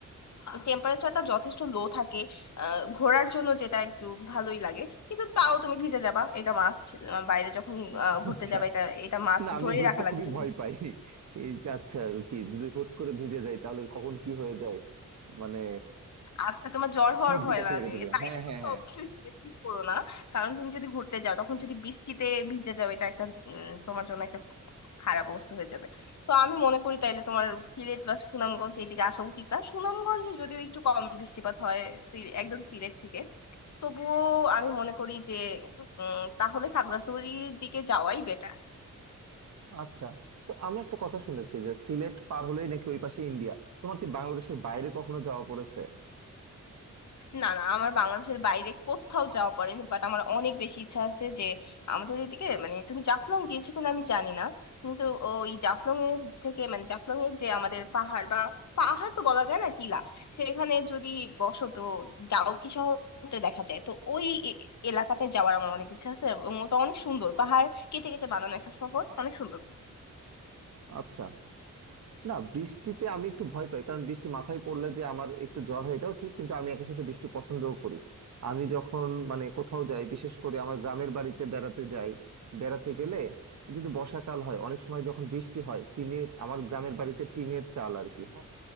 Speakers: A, on the left (about 60°); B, on the right (about 55°).
A: টেম্পারেচারটা যথেষ্ট লো থাকে আহ, ঘোরার জন্য যেটা একটু ভালোই লাগে কিন্তু তাও তুমি ভিজে যাবা এটা মাস্ট বাইরে যখন আহ,
B: আচ্ছা
A: ঘুরতে যাবে এটা এটা মাস্ট
B: না আমি
A: ধরে
B: ভিজতে
A: রাখা লাগবে
B: খুবই
A: যে
B: ভয়
A: তুমি
B: পাই এই যে আচ্ছা কি যদি হুট করে ভিজে যাই তাহলে কখন কি হয়ে যায় মানে
A: আচ্ছা তোমার জ্বর হওয়ার
B: সর্দি
A: ভয়
B: কাশি
A: লাগে
B: লেগে যেতে পারে।
A: তাইলে
B: হ্যাঁ হ্যাঁ
A: তুমি তো
B: হ্যাঁ
A: অবশ্যই স্ট্রেস করো না কারণ তুমি যদি ঘুরতে যাও তখন যদি বৃষ্টিতে ভিজে যাও এটা একটা উম, তোমার জন্য একটা খারাপ অবস্থা হয়ে যাবে তো আমি মনে করি তাইলে তোমার সিলেট বা সুনামগঞ্জ এইদিকে আসা উচিত না সুনামগঞ্জে যদিও একটু কম বৃষ্টিপাত হয় সি- একদম সিলেট থেকে তবুও আমি মনে করি যে উম তাহলে খাগড়াছড়ির দিকে যাওয়াই বেটার
B: আচ্ছা তো আমি একটা কথা শুনেছি যে সিলেট পার হলেই নাকি ওই পাশে ইন্ডিয়া তোমার কি বাংলাদেশের বাইরে কখনো যাওয়া পড়েছে
A: না না আমার বাংলাদেশের বাইরে কোথাও যাওয়া পড়েনি বাট আমার অনেক বেশি ইচ্ছা আছে যে আমাদের এদিকে মানে তুমি জাফলং গিয়েছো কিনা আমি জানি না কিন্তু ওই জাফলং এর থেকে মানে জাফলং এর যে আমাদের পাহাড় বা পাহাড় তো বলা যায় না টিলা সেখানে যদি বসত ডাউকি শহরটা দেখা যায় তো ওই এ- এলাকাতে যাওয়ার আমার অনেক ইচ্ছা আছে এবং ওটা অনেক সুন্দর পাহাড় কেটে কেটে বানানো একটা শহর অনেক সুন্দর
B: আচ্ছা না বৃষ্টিতে আমি একটু ভয় পাই কারণ বৃষ্টি মাথায় পড়লে যে আমার একটু জ্বর হয় এটাও ঠিক কিন্তু আমি একই সাথে বৃষ্টি পছন্দও করি আমি যখন মানে কোথাও যাই বিশেষ করে আমার গ্রামের বাড়িতে বেড়াতে যাই বেড়াতে গেলে যদি বর্ষাকাল হয় অনেক সময় যখন বৃষ্টি হয় টিনের আমার গ্রামের বাড়িতে টিনের চাল আর কি হ্যাঁ